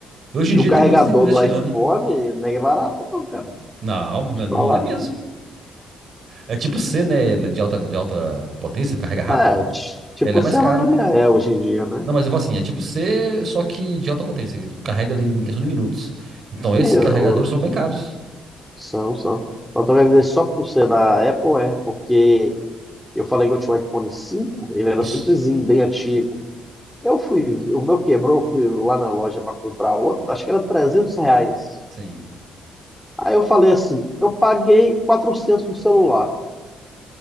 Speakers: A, on the right (about 55°); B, in the centre.
A: Hoje
B: E
A: em dia
B: o carregador
A: tem muitas empresas
B: do
A: tirando.
B: iPhone não é barato, não, cara.
A: Não, né,
B: Te
A: não
B: falar.
A: é mesmo. É tipo C, né? ele é De alta, de alta potência, carrega rápido.
B: É, t- tipo,
A: Ele é mais
B: se
A: caro.
B: a maioria é hoje em dia, né?
A: Não, mas eu falo assim, é tipo C, só que de alta potência. ele Carrega ali em questão de minutos. Então,
B: Sim,
A: esses carregadores
B: eu-
A: são bem caros.
B: são, são. Mas tô querendo dizer, só por ser da Apple, é, porque eu falei que eu tinha um iPhone cinco ele era
A: Isso.
B: simplesinho, bem antigo.
A: Sim,
B: Eu fui, o meu quebrou, eu fui lá na loja para comprar outro, acho que era 300 reais.
A: sim.
B: Aí eu falei assim: eu paguei 400 no celular,